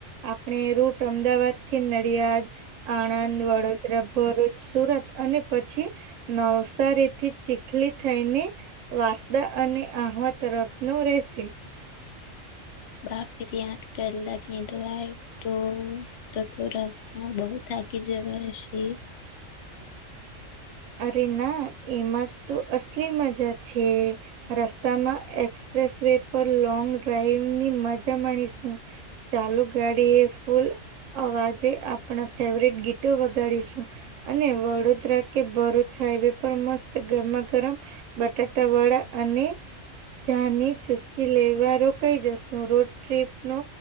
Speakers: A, on the right; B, on the left.
A: આપણે રૂટ અમદાવાદથી નડિયાદ, આણંદ, વડોદરા, ભરૂચ, સુરત. અને પછી નવસારીથી ચીખલી થઈને વાસદા અને આહવા તરફનો રહેશે.
B: બાપરી આઠ કલાકની ડ્રાઈવ તો તો તો રાસ્તા બહુ થાકી જવા હશે.
A: અરે ના એમાં તો અસલી મજા છે. રસ્તામાં એક્સપ્રેસ વે પર લોંગ ડ્રાઈવની મજા માણીશું. ચાલુ ગાડી એ ફૂલ અવાજે આપણા ફેવરેટ ગીતો વગાડીશું અને વડોદરા કે ભરૂચ હાઈવે પર મસ્ત ગરમા ગરમ બટાટા વડા અને ચાની ચુસકી લેવા રોકાઈ જશું રોડ ટ્રીપનો